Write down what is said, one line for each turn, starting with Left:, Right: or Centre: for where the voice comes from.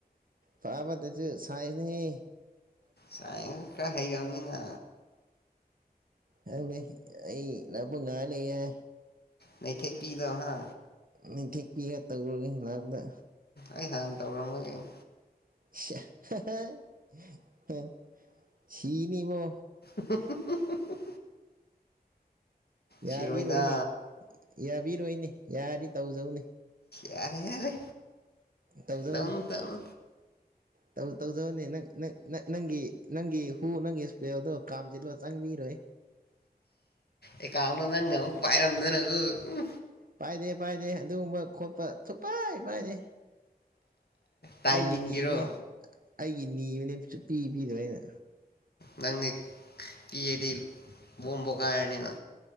Right: ꯄꯥꯕꯇꯁꯨ ꯁꯥꯏꯟ ꯅꯩꯌꯦ
Left: ꯁꯥꯏꯡ ꯀ ꯍꯥꯏꯒꯥꯎꯅꯤꯅ
Right: ꯍꯪꯅꯤ ꯑꯩ ꯂꯥꯛꯄ ꯉꯥ ꯂꯩꯌꯦ
Left: ꯅꯩꯊꯦꯛꯄꯤꯗꯣ ꯍꯥ
Right: ꯅꯤꯡꯊꯦꯛꯄꯤꯒ ꯇꯧꯔꯒꯦ ꯂꯥꯛꯄꯗ
Left: ꯑꯩ ꯍꯥꯟ ꯇꯧꯔꯝꯕꯒꯤꯅꯤ
Right: ꯁꯦ ꯍꯍ ꯁꯤꯅꯤꯕꯣ
Left: ꯍꯝ ꯍꯝ ꯍꯝ ꯍꯝ ꯍꯝ
Right: ꯌꯥꯕꯤꯔꯣꯏꯅꯦ
Left: ꯁꯤꯔꯣꯏꯗ
Right: ꯌꯥꯕꯤꯔꯣꯏꯅꯦ ꯌꯥꯅꯤ ꯇꯧꯖꯧꯅꯦ
Left: ꯌꯥꯔꯦ ꯌꯥꯔꯦ
Right: ꯇꯧꯖꯧꯅꯦ
Left: ꯇꯎꯟ ꯇꯧꯟ
Right: ꯇꯧ ꯇꯧꯖꯧꯅꯦ ꯅꯪ ꯅꯪꯅꯪ ꯅꯪꯒꯤ ꯅꯪꯒꯤ ꯍꯨ ꯅꯪꯒꯤ ꯏꯁꯄ꯭ꯔꯦꯗꯣ ꯀꯥꯝꯖꯤꯜꯂꯣ ꯆꯪꯕꯤꯔꯣꯏ
Left: ꯑꯦ ꯀꯥꯎꯅꯣ ꯅꯪꯅ ꯑꯃꯨꯛ ꯄꯥꯏꯔꯝꯗꯅꯒꯨ ꯎꯝ
Right: ꯄꯥꯏꯗꯦ ꯄꯥꯏꯗꯦ ꯑꯗꯨꯒꯨꯝꯕ ꯈꯣꯠꯄ ꯄꯥꯏ ꯕꯥꯥꯏꯗꯦ
Left: ꯇꯥꯏꯃꯤꯡꯒꯤꯔꯣ
Right: ꯑꯩꯒꯤ ꯅꯤꯕꯅꯦ ꯑꯩꯒꯤ ꯅꯤꯕꯅꯦ ꯁꯨꯄꯤ ꯄꯤꯗꯕ ꯑꯩꯅ
Left: ꯅꯪꯗꯤ ꯀꯦꯗꯤ ꯕꯣꯝ ꯄꯣꯈꯥꯏꯔꯅꯤꯅ